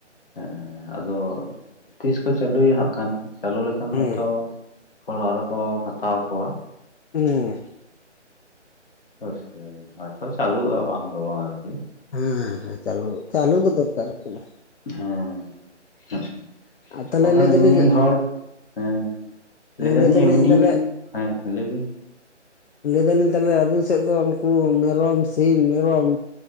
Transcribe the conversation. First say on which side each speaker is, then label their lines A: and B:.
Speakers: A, on the left; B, on the left.
A: ᱦᱮᱸ ᱟᱫᱚ, ᱛᱤᱥ ᱠᱚ ᱪᱟᱹᱞᱩᱭᱟ ᱦᱟᱜ ᱠᱷᱟᱱ ᱪᱟᱹᱞᱩ ᱞᱮᱠᱷᱟᱱ
B: ᱦᱩᱸ
A: ᱦᱚᱭᱛᱚ, ᱦᱚᱲ ᱟᱨᱦᱚᱸ ᱠᱚ ᱦᱟᱛᱟᱣ ᱠᱚᱣᱟ᱾
B: ᱩᱸ
A: ᱦᱳᱭᱥᱮ ᱦᱚᱭᱛᱚ ᱪᱟᱹᱞᱩᱜᱼᱟ ᱵᱟᱝ ᱫᱚ ᱵᱚᱝ ᱟᱨᱠᱤ,
B: ᱦᱩᱸ ᱦᱩᱸ ᱪᱟᱞᱩ ᱪᱟᱞᱩ ᱫᱚ ᱫᱚᱨᱠᱟᱨ ᱠᱟᱱᱟ᱾
A: ᱦᱩᱸ ᱦᱩᱜ
B: ᱟᱨ ᱛᱟᱦᱚᱞᱮ
A: ᱵᱟᱠᱷᱟᱱ
B: ᱞᱟᱹᱭ ᱫᱟᱞᱤᱧ
A: ᱮᱢᱱᱤ ᱦᱚᱲ ᱦᱮᱸ,
B: ᱦᱮᱸ
A: ᱞᱮᱹᱭ ᱫᱟᱞᱤᱧ
B: ᱞᱟᱹᱭ
A: ᱮᱢᱱᱤ,
B: ᱛᱟᱦᱚᱞᱮ
A: ᱦᱮᱸ ᱞᱟᱹᱭ ᱵᱤᱱ?
B: ᱞᱮᱹᱭ ᱫᱟᱹᱞᱤᱧ ᱛᱟᱦᱚᱞᱮ ᱟᱹᱵᱤᱱ ᱥᱮᱜ ᱫᱚ ᱩᱱᱠᱩ ᱢᱮᱨᱚᱢ ᱥᱤᱢ ᱢᱮᱨᱚᱢ,